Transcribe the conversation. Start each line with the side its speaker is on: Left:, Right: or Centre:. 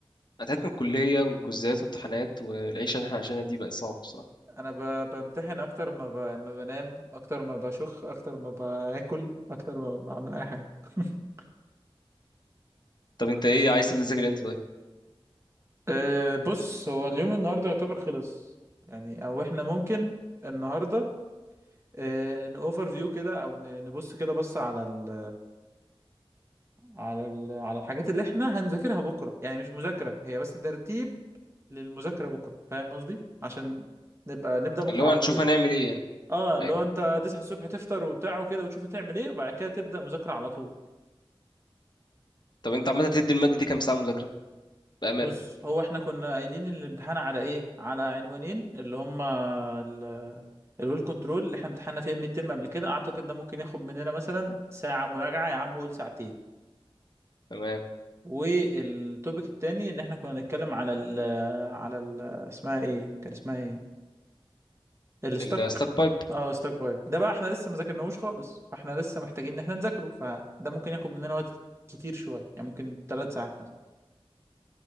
Left: انا تعبت من الكليه من الكوزات وامتحانات والعيشه اللي احنا عايشينها دي بقت صعبه بصراحه
Right: انا ب... بمتحن اكتر ما, ب... ما بنام اكتر ما بشخ اكتر ما باكل اكتر ما بعمل اي حاجه <laughs>
Left: طب انت ايه عايز تبدا تذاكر امتى طيب
Right: أه بص هو اليوم النهارده يعتبر خلص يعني او احنا ممكن النهارده أه نوفر فيو كده او ن- نبص كده بص على ال على ال على الحاجات اللي احنا هنذاكرها بكره يعني مش مذاكره هي بس ترتيب للمذاكرة بكرة فاهم قصدي عشان نبقى نبدأ بكرة
Left: اللي هو
Right: على
Left: هنشوف
Right: طول
Left: هنعمل ايه يعني
Right: اه
Left: ايوه
Right: لو انت تصحى الصبح تفطر وبتاع وكده وتشوف هتعمل ايه وبعد كده تبدأ مذاكرة على طول
Left: طب انت عامه تدي الماده دي كام ساعه مذاكره بامانه
Right: بص هو احنا كنا قايلين الامتحان على ايه على عنوانين اللي هما ال الويل كنترول اللي احنا امتحنا فيه الميد ترم قبل كده اعتقد ده ممكن ياخد مننا مثلا ساعة مراجعة يا عم قول ساعتين
Left: تمام
Right: والتوبيك التاني ان احنا كنا نتكلم على ال على ال اسمها ايه كان اسمها ايه الستوك
Left: الستات بايب
Right: اه ستوك بايب ده بقى احنا لسه ما ذاكرناهوش خالص فاحنا لسه محتاجين ان احنا نذاكره فده ممكن ياخد مننا وقت كتير شويه يعني ممكن ثلاث ساعات مثلا